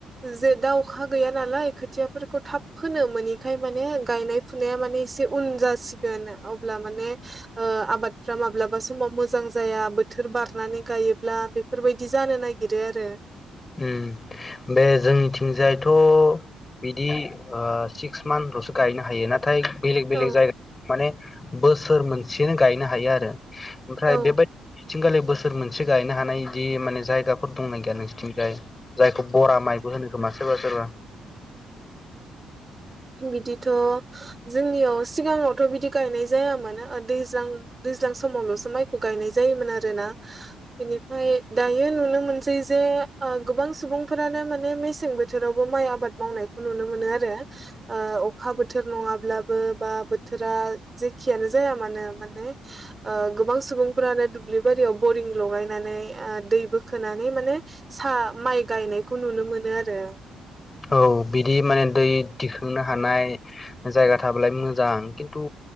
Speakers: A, on the right; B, on the left.
A: जे दा अखा गैया नालाय खोथियाफोरखौ थाब फोनो मोनैखाय माने गायनाय फुनाया माने एसे उन जासिगोन अब्ला माने ओ आबादफ्रा माब्लाबा समाव मोजां जाया बोथोर बारनानै गायो ब्ला बेफोरबायदि जानो नागिरो आरो।
B: उम बे जोंनिथिंजायथ' बिदि ओ सिक्स मानल'सो गायनो हायो नाथाय बेलेग-बेलेग
A: औ
B: जायगा माने बोसोर मोनसेनो गायनो हायो आरो। ओमफ्राय
A: औ
B: बेबायदि थिंगालि बोसोर मोनसे सो गायनो हानाय बिदि माने जायगाफोर दंना गैया नोंसिनिथिं जाय जायखौ बरा माइबो होनो खोमा सोरबा सोरबा।
A: औ बिदिथ' जोंनियाव सिगाङावथ' बिदि गायनाय जायामोन ओ दैज्लां-दैज्लां समावल'सो माइखौ गायनाय जायोमोन आरोना बिनिफ्राय दायो नुनो मोनसै जे ओ गोबां सुबुंफोरानो माने मेसें बोथोरावबो माइ आबाद मावनायखौ नुनो मोनो आरो ओ अखा बोथोर नङाब्लाबो बा बोथोरा जेखियानो जाया मानो माने ओ गोबां सुबुंफ्रानो दुब्लि बारियाव बरिं लगायनानै ओ दै बोखोनानै माने सा माइ गायनायखौ नुनो मोनो आरो।
B: औ बिदि माने दै दिखांनो हानाय जायगा थाबालाय मोजां खिन्थु